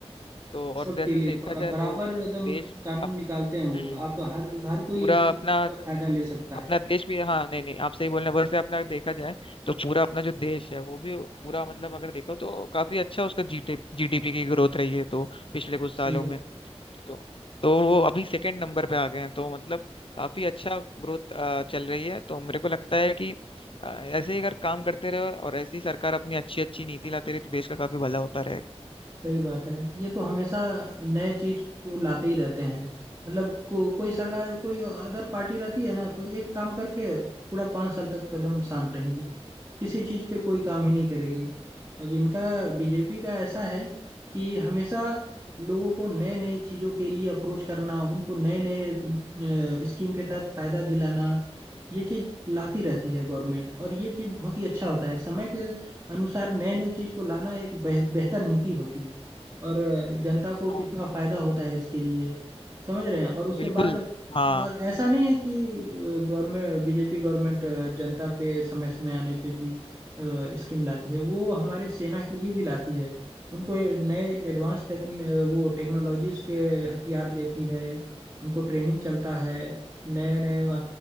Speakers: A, on the left (about 55°); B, on the right (about 25°).
A: तो और
B: सबके
A: वैसे
B: लिए
A: देखा
B: बरा,
A: जाए
B: बराबर
A: तो
B: एकदम
A: देश
B: कानून
A: अप,
B: निकालते हैं
A: हम्म,
B: वो आप हर हर कोई
A: पूरा
B: इस चीज
A: अपना
B: का फायदा ले सकता
A: अपना
B: है
A: देश भी हाँ नहीं नहीं आप सही बोल रहे हैं वैसे अपना देखा जाए तो पूरा अपना जो देश है वो भी पूरा मतलब अगर देखो तो काफी अच्छा उसका जीडी जीडीपी की ग्रोथ रही है तो पिछले कुछ
B: सही
A: सालों
B: बात
A: में
B: है।
A: तो तो वो अभी सेकंड नंबर पे आ गए हैं तो मतलब काफी अच्छा ग्रोथ चल रही है तो मेरे को लगता है कि अ, ऐसे ही अगर काम करते रहे और ऐसी सरकार अपनी अच्छी अच्छी नीति लाती रही तो देश का काफी भला होता रहेगा
B: सही बात है ये तो हमेशा नए चीज को लाते ही रहते हैं मतलब को, कोई सरकार कोई अदर पार्टी रहती है ना तो एक काम करके पूरा पाँच साल तक एकदम शांत रहेगी किसी चीज पे कोई काम ही नहीं करेगी अब इनका बीजेपी का ऐसा है कि हमेशा लोगों को नए नए चीजों के लिए अप्रोच करना उनको नए नए स्कीम के तहत फायदा दिलाना ये चीज लाती रहती है गवर्नमेंट और ये चीज बहुत ही अच्छा होता है समय के अनुसार नए नए चीज को लाना एक बेह- बेहतर नीति होती है और अ, जनता को
A: हाँ
B: कितना फायदा होता है इसके लिए समझ रहे हैं और उसके
A: बिल्कुल
B: बाद
A: हाँ
B: और ऐसा नहीं है कि गवर्नमेंट बीजेपी गवर्नमेंट जनता पे समय समय आने पे भी स्कीम लाती है वो हमारे सेना के लिए भी लाती है उनको ये नए एडवांस टेक वो टेक्नोलॉजीज के हथियार देती है उनको ट्रेनिंग चलता है नए नए